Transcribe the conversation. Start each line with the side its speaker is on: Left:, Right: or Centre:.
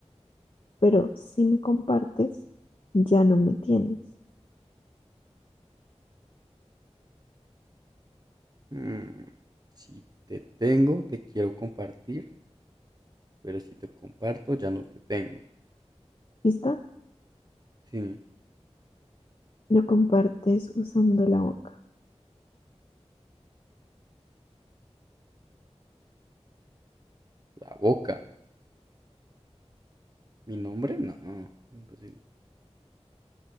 Left: pero si me compartes, ya no me tienes.
Right: mm, Si te tengo, te quiero compartir. Pero si te comparto, ya no te tengo.
Left: ¿Vista?
Right: Sí.
Left: Lo compartes usando la boca.
Right: La boca. Mi nombre, no. Imposible.